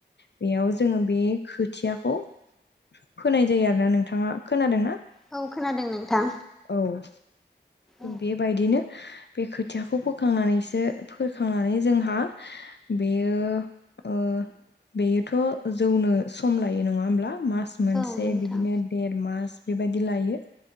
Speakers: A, on the left; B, in the centre.
A: बेयाव जोङो बे खोथिया खौ फीनाय जायो आरो ना नोंथाङा खोनादों ना
B: औ खोनादों नोंथां
A: औ
B: औ
A: बेबायदिनो बे खोथियाखौ बोखांनानैसो बोखांनानै जोंहा बेयो ओ बेयोथ' जौनो सम लायो नङा होमब्ला मास मोनसे
B: औ नोंथां
A: बिदिनो देर मास बेबायदि लायो